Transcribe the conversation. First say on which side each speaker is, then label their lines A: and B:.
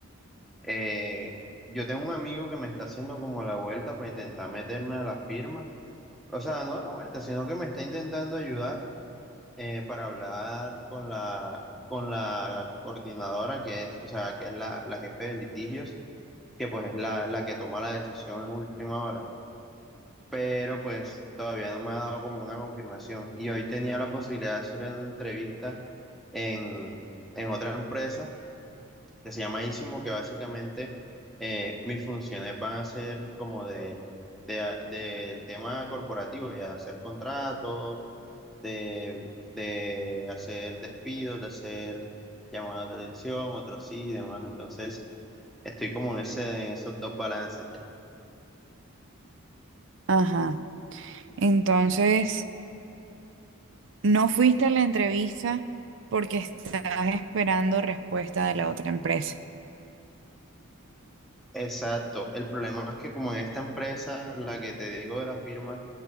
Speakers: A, in the centre; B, on the right.
A: Eh, yo tengo un amigo que me está haciendo como la vuelta para intentar meterme a la firma. O sea, no a la vuelta, sino que me está intentando ayudar eh, para hablar con la, con la coordinadora que es, o sea, que es la, la jefe de litigios, que pues es la, la que toma la decisión en última hora. Pero pues todavía no me ha dado como una confirmación. Y hoy tenía la posibilidad de hacer una entrevista en, en otra empresa que se llama Isimo, que básicamente eh, mis funciones van a ser como de, de, a- del tema corporativo, ya de hacer contratos, de, de hacer despidos, de hacer llamadas de atención, otros sí y demás. Entonces, estoy como en ese, en esos dos balances. ya.
B: Ajá. Entonces, no fuiste a la entrevista porque estás esperando respuesta de la otra empresa.
A: Exacto. El problema es que como en esta empresa, la que te digo de la firma,